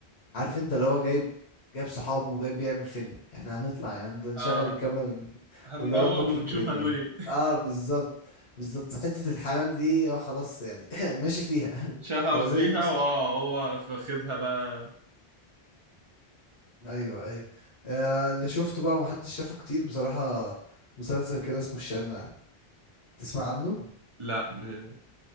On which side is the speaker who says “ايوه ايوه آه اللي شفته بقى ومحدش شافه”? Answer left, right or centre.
Left